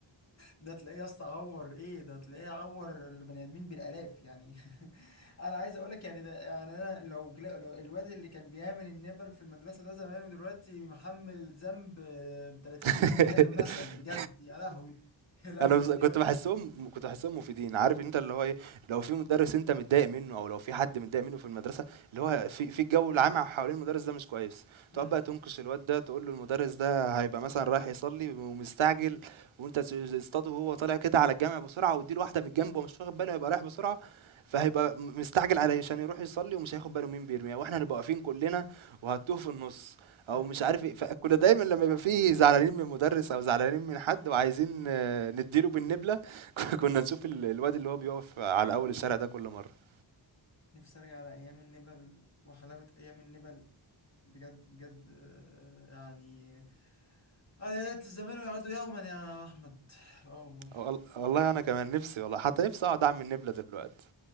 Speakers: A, on the left; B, on the right.
A: ده تلاقيه يا اسطى عور ايه ده تلاقيه عور البني ادمين بالالاف يعني <laughs> انا عايز اقول لك يعني ده يعني انا لو, جل... لو الواد اللي كان بيعمل النبل في المدرسه ده زمان ودلوقتي محمل ذنب آه، 30
B: <laughs>
A: مليون بني ادم مثلا بجد يا لهوي <laughs> يا لهوي
B: انا بس
A: بجد
B: كنت بحسهم كنت بحسهم مفيدين عارف انت اللي هو ايه لو في مدرس انت متضايق منه او لو في حد متضايق منه في المدرسه اللي هو في في الجو العام حوالين المدرس ده مش كويس
A: مم.
B: تقعد بقى تنكش الواد ده تقول له المدرس ده هيبقى مثلا رايح يصلي ومستعجل وانت ت- تصطاده وهو طالع كده على الجامع بسرعه واديله واحده من الجنب ومش واخد باله هيبقى رايح بسرعه فهيبقى مستعجل علشان يروح يصلي ومش هياخد باله مين بيرميها واحنا هنبقى واقفين كلنا وهتوه في النص او
A: مم.
B: مش عارف ايه فكنا دايما لما يبقى فيه زعلانين من مدرس او زعلانين من حد وعايزين آه، نديله بالنبله <laughs> كنا نشوف ال- الواد اللي هو بيقف على اول الشارع ده كل مره
A: نفسي ارجع على ايام النبل وحلاوه ايام النبل بجد بجد آه، يعني انا يا ليت الزمان يعود يوما يا احمد اه والله
B: وال- والله انا كمان نفسي والله حتى نفسي اقعد اعمل نبله دلوقتي